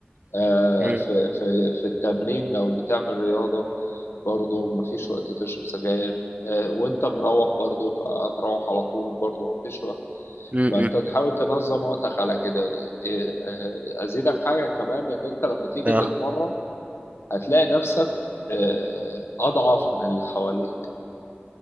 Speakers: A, on the left; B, on the right.
A: آه،
B: مم.
A: في في في التمرين لو بتعمل رياضة برضو مفيش وقت تشرب سجاير آه، وانت مروح برضو فهتروح على طول برضو مفيش وقت
B: مم.
A: فانت تحاول تنظم وقتك على كده إيه، آه، ازيدك حاجة كمان ان انت لما تيجي
B: اه
A: تتمرن هتلاقي نفسك آه، اضعف من اللي حواليك